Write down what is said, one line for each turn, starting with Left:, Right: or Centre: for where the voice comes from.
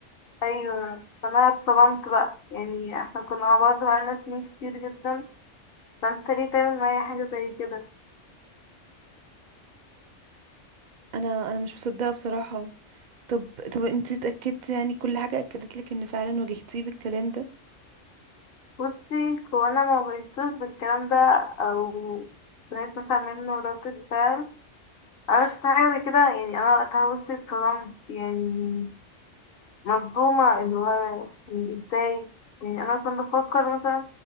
Left: ايوه فانا اتصدمت بقى يعني احنا كنا مع بعض بقالنا سنين كتير جدا فانت ليه تعمل معايا حاجه زي كده
Right: انا انا مش مصدقة بصراحة طب طب انتي اتأكدتي يعني كل حاجة اكدت لك ان فعلا واجهتيه بالكلام ده
Left: بصي هو انا ما واجهتوش بالكلام ده او سمعت مثلا منه ردة فعل انا شفت حاجه زي كده يعني انا وقتها بصي اتصدمت يعني مصدومه اللي هو يعني ازاي يعني انا كنت بفكر مثلا